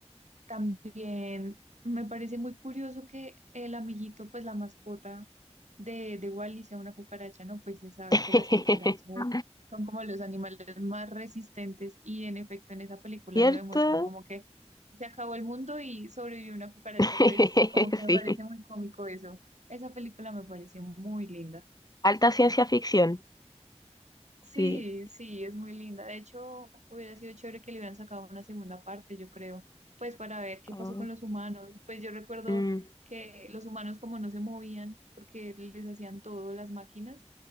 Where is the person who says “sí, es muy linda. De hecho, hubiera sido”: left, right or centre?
Right